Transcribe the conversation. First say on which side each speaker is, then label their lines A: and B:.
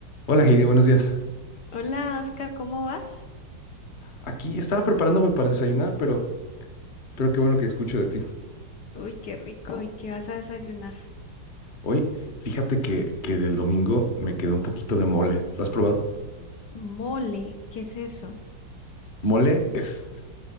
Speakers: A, on the left (about 35°); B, on the left (about 70°).
A: Hola Heidi, buenos días.
B: Hola, Oscar, ¿cómo vas?
A: Aquí estaba preparándome para desayunar, pero, pero qué bueno que escucho de ti.
B: Uy, qué rico. ¿Y qué vas a desayunar?
A: Hoy, fíjate que, que del domingo me quedó un poquito de mole. ¿Lo has probado?
B: Mole, ¿qué es eso?
A: Mole es,